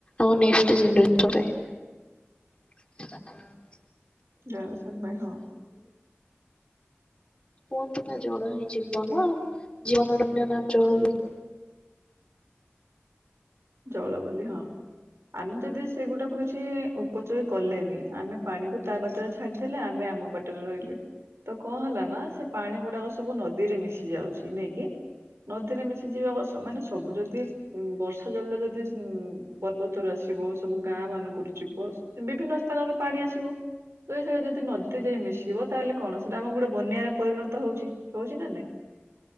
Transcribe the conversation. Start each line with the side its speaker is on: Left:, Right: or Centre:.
Left: ଆମ ନେକ୍ସଟ ଜେନେରେସନ ପାଇଁ ହୁଁ <unintelligible>
Right: ଜୟ ସା ଭାଇ ହଁ।
Left: କୁହନ୍ତି ନା ଜଳ ହିଁ ଜୀବନ ଆଉ ଜୀବନ <unintelligible> ନାମ ଜଳ
Right: ଜଳ ବୋଲି ହଁ। ଆମେ ଯଦି ସେଗୁଡାକ କିଛି ସେ ଉପଯୋଗ କଲେନି ଆମେ ପାଣିକୁ ତା ବାଟରେ ଛାଡିଦେଲେ ଆମେ ଆମ ବାଟରେ ରହିଲେ। ତ କଣ ହେଲା ନା ସେ ପାଣି ଗୁଡାକ ସବୁ ନଦୀରେ ମିଶି ଯାଉଛି ନେଇକି ନଦୀରେ ମିଶି ଯିବାକୁ ମାନେ ସବୁ ଯଦି ଗ ଜଳ ଯଦି ପର୍ବତ ର ଆସିବ ସବୁ ଗାଁ ମାନଙ୍କରୁ ଯିବ ବିଭିନ୍ନ ସ୍ଥାନରେ ପାଣି ଆସିବ ସେସ ଯଦି ନଦୀଟି ଯାଇ ମିଶିବ ତାହେଲେ କଣ ସେଟା ଆମ ଗୋଟେ ବନ୍ୟାରେ ପରିଣତ ହଉଛି ହଉଛି ନା ନାଇଁ